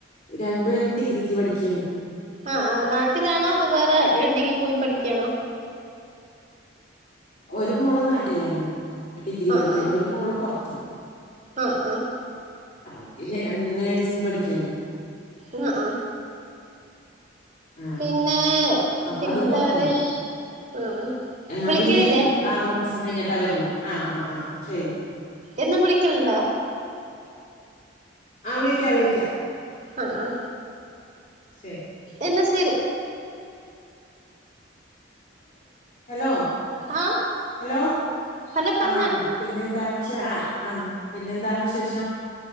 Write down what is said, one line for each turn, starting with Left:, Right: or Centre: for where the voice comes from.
Left: രണ്ടു പേരും ഡിഗ്രിക്ക് പഠിക്കുകയാണ്
Right: ആ ആ നാട്ടിലാണോ അതൊ വേറെ എവിടെങ്കിലും പോയി പഠിക്കുകയാണോ?
Left: ഒരു മോൾ നാട്ടിലാണ്. ഡിഗ്രി പഠിക്കാണ്
Right: ആഹ് ആഹ്
Left: ഒരു മോള് പൊറത്ത്
Right: ആഹ് ആഹ്
Left: ആ നേഴ്സിങ് പഠിക്കയാണ്
Right: ആഹ് ആ
Left: ആഹ
Right: പിന്നെ
Left: അപ്പൊ
Right: പിന്നെന്താ
Left: അത് പൊറത്താണ്
Right: പറയാ ആഹ് വിളിക്കലില്ലേ
Left: അത് ഇഞ് ആറു മാസം കഴിഞ്ഞിട്ട് വരോള്ളു ആ ആഹ് ആഹ് ശരി.
Right: എന്നും വിളിക്കല്ണ്ടോ?
Left: ആ വിളിക്കാം വിളിക്കാം
Right: ആഹ് ആ
Left: ശരി
Right: എന്നാ ശരി
Left: ഹലോ
Right: ആഹ്
Left: ഹലോ
Right: ഹലോ
Left: ആഹ്
Right: പറഞ്ഞോ
Left: ആഹ് പിന്നെ എന്താണ് ആ ആ പിന്നെ എന്താണ് വിശേഷം